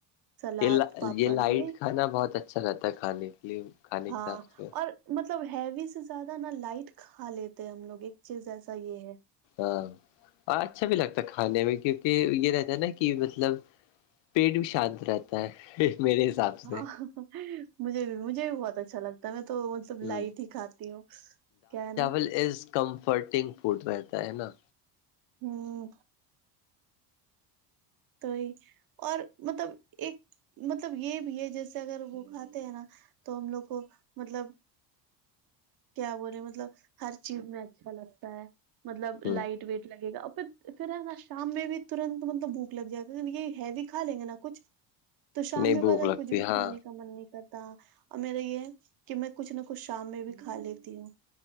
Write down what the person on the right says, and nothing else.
سلاد
پاپڑ
میں
ہاں
اور مطلب ہیوی سے زیادہ نا لائٹ کھا لیتے ہم لوگ ایک چیز ایسا یہ ہے
ہاں مجھے بھی مجھے بھی بہت اچھا لگتا ہے میں تو سب
لائی تھی کھاتی وہ کیا ہے نا
ہوں تو ہی اور مطلب ایک مطلب یہ بھی ہے جیسے اگر وہ کھاتے ہیں نا تو ہم لوگ کو مطلب کیا بولے مطلب ہر چیز میں اچھا لگتا ہے مطلب لائٹ
ویٹ لگے گا ا پھر پھر ہے نا شام میں بھی ترنت مطلب بک لگ جائے گا یہ ہیویھا لیں گے نا کچھ تو شام
میں
پتا
کچھ بھی
کھانے کا من نہیں کرتا اور میرے یہ کہ میں کچھ نہ کچھ شام میں بھی کھا لیتی ہوں